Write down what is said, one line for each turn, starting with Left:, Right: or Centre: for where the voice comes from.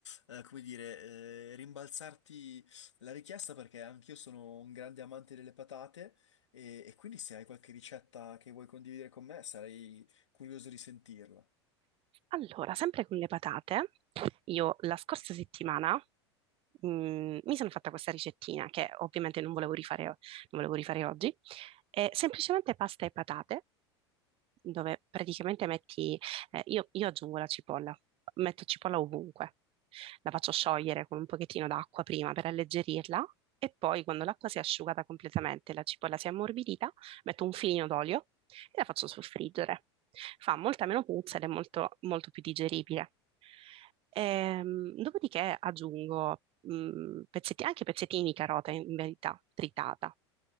Left: eh, come dire, eh, rimbalzarti la richiesta perché anch'io sono un grande amante delle patate e, e quindi se hai qualche ricetta che vuoi condividere con me sarei curioso di sentirla.
Right: Allora, sempre con le patate, io la scorsa settimana mm, mi sono fatta questa ricettina che ovviamente non volevo rifare, non volevo rifare oggi, è semplicemente pasta e patate dove praticamente metti, eh, io, io aggiungo la cipolla, metto cipolla ovunque, la faccio sciogliere con un pochettino d'acqua prima per alleggerirla e poi quando l'acqua si è asciugata completamente e la cipolla si è ammorbidita, metto un filino d'olio e la faccio soffriggere. Fa molta meno puzza ed è molto, molto più digeribile. Ehm, dopodiché aggiungo mh, pezzetti- anche pezzettini di carota in verità tritata,